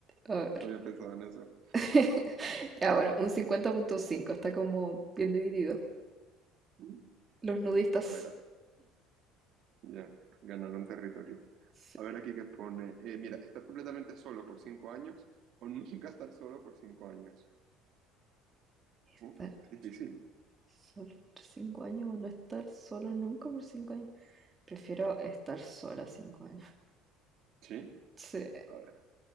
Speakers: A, on the right; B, on the right.
A: A ver.
B: No había pensado en eso.
A: <laughs> Ya, bueno, un cincuenta punto cinco Está como bien dividido.
B: Mm.
A: Los nudistas.
B: A ver, ya, ganaron territorio.
A: sí,
B: A ver aquí qué pone. Eh, mira, estar completamente solo por cinco años o <laughs> nunca estar solo por cinco años.
A: Estar
B: Uf, es difícil.
A: solo por 5 años o no estar solo nunca por 5 años. Prefiero estar sola 5 años.
B: Sí.
A: Sí,
B: A ver,